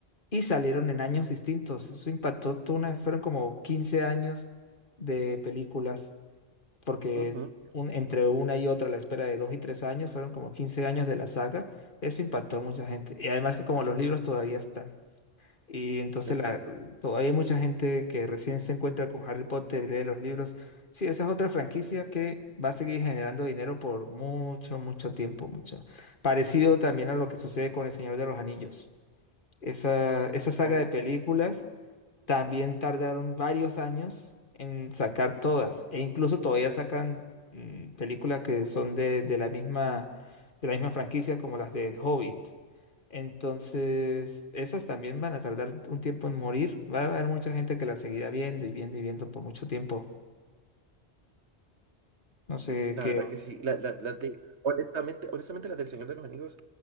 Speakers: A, on the left; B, on the right.
A: y salieron en años distintos. Eso impactó, toda una- fueron como 15 años de películas porque
B: ujú,
A: un, entre una y otra, la espera de dos y tres años, fueron como 15 años de la saga, eso impactó a mucha gente. Y además que como los libros todavía están, y entonces
B: exacto.
A: la, todavía hay mucha gente que recién se encuentra con Harry Potter y lee los libros. Sí, esa es otra franquicia que va a seguir generando dinero por mucho, mucho tiempo, mucho. Parecido también a lo que sucede con El Señor de los Anillos. Esa, esa saga
B: Oh.
A: de películas. También tardaron varios años en sacar todas, e incluso todavía sacan mm, películas que son de, de la misma, de la misma franquicia como las del Hobbit. Entonces, esas también van a tardar un tiempo en morir. Va a haber mucha gente que las seguirá viendo y viendo y viendo por mucho tiempo. No sé
B: La
A: qué.
B: verdad que sí. La la las de honestamente honestamente, las del Señor de los Anillos,